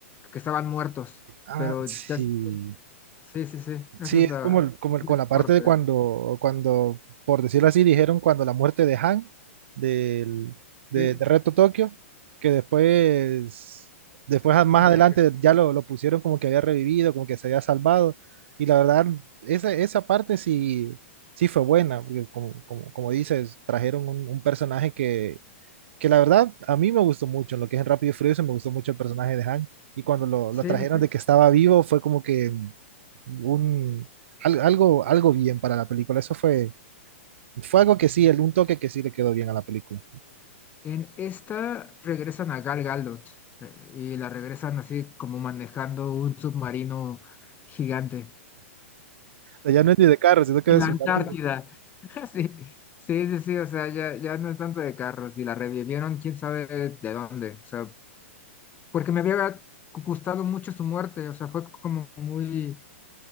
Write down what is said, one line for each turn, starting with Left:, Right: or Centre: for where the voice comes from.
Left: que estaban muertos,
Right: Ah,
Left: pero
Right: sí.
Left: ya se- sí, sí, sí, esa
Right: Sí,
Left: es
Right: es
Left: la
Right: como, el- como el-
Left: única
Right: con la parte
Left: parte.
Right: de cuando, cuando, por decirlo así, dijeron cuando la muerte de Han, del, de,
Left: Sí,
Right: de Reto Tokio, que después, después a- más
Left: regre-
Right: adelante ya lo, lo pusieron como que había revivido, como que se había salvado. Y la verdad, esa, esa parte sí, sí fue buena, porque como, como, como dices, trajeron un, un personaje que, que la verdad a mí me gustó mucho, en lo que es en Rápido y Furioso me gustó mucho el personaje de Han y cuando lo,
Left: sí,
Right: lo trajeron
Left: sí.
Right: de que estaba vivo fue como que un al- algo algo bien para la película, eso fue fue algo que sí, el- un toque que sí le quedó bien a la película.
Left: En esta regresan a Gal Gadot eh, y la regresan así como manejando un submarino gigante.
Right: O sea, ya no es ni de carro, sino que
Left: En
Right: de
Left: la
Right: submarino.
Left: Antártida. <laughs> Sí, sí, sí, sí, o sea, ya, ya no es tanto de carros y la revivieron, quién sabe de dónde, o sea, porque me había gustado mucho su muerte, o sea, fue como muy